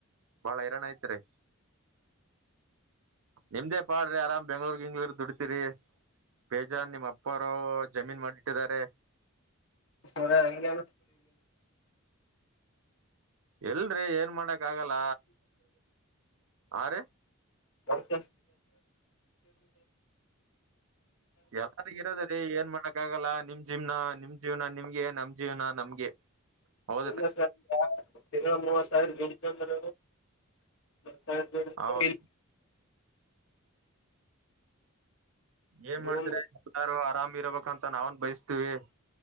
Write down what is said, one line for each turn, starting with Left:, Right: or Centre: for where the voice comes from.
Right: ಬಾಳ ಹೈರಾಣ ಐತ್ರಿ ನಿಮ್ದೇ ಪಾಡ್ರಿ ಆರಾಮ್ ಬೆಂಗ್ಳೂರ್ ಹಿಂಗ್ಳರ್ ದುಡ್ತಿರಿ ಬೇಜಾನ್ ನಿಮ್ ಅಪ್ಪ ಜಮೀನ್ ಮಾಡಿಟ್ಟಿದ್ದಾರೆ
Left: ಸರ ಹ
Right: ಎಲ್ರಿ ಏನ್ ಮಾಡಕ್ ಆಗಲ್ಲ ಆ ರೀ
Left: ಬರ್ಸ್
Right: ಎಲ್ಲರಿ ಇರೋದ ರರಿ ಏನ್ ಮಾಡಕ್ ಆಗಲ್ಲ ನಿಮ ನಿ್ ಜೀವ್ನ ನಿಮ್ ಜೀವನ ನಿಮ್ಗೆ ನಮ್ ಜೀವನ ನಮ್ಗೆ ಹೌದ
Left: ಎ ಸಾವಿರ ತಿಂಗಳ ಮೂವತ್ತು ಸಾವಿರಂದ ಸ
Right: ಹೌದು ಏನ್
Left: ರೂಮ್
Right: ಮಾಡ್ತ್ರರಿ ಎಲ್ಲಾರು ಆರಾಮ್ ಇರಬೇಕಂತ ನಾವನ್ ಬಯಸ್ತೀವಿ